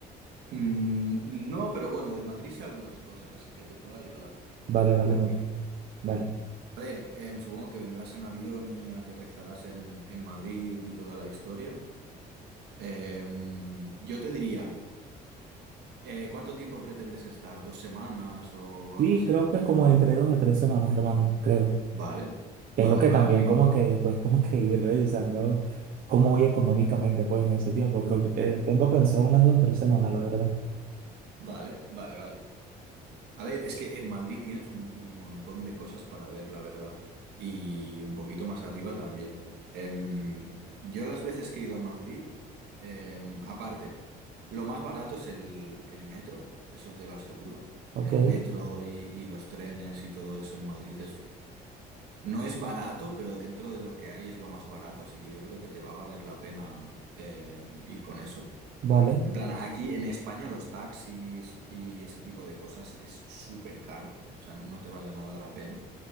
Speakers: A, on the right; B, on the right.
A: Mm, no, pero bueno, de Madrid sé algunas cosas, así que te puedo ayudar
B: Vale,
A: un
B: vale,
A: poquito.
B: no- vale.
A: A ver, em, supongo que vendrás en avión y aterrizarás en, en Madrid y toda la historia. Em, yo te diría, eh, ¿cuánto tiempo pretendes estar? ¿Dos semanas o
B: Sí,
A: algo así?
B: creo que como entre dos a tres semanas, hermano, creo.
A: Vale,
B: Tengo
A: vale,
B: que
A: vale,
B: también
A: ok.
B: como que después como que ir revisando cómo voy económicamente pues en ese tiempo, pero eh, tengo pensado unas dos, o tres semanas, la verdad.
A: Vale, vale, vale. A ver, es que en Madrid tienes un, un montón de cosas para ver, la verdad. Y un poquito más arriba también. Em, yo las veces que he ido a Madrid, em, aparte, lo más barato es el, el metro, eso te lo aseguro.
B: Ok,
A: El metro y, y los trenes y todo eso en Madrid es... No es barato, pero dentro de lo que hay es lo más barato, así que yo creo que te va a valer la pena em, ir con eso.
B: vale.
A: En plan, aquí en España los taxis y ese tipo de cosas es súper caro, o sea, no te vale nada la pena.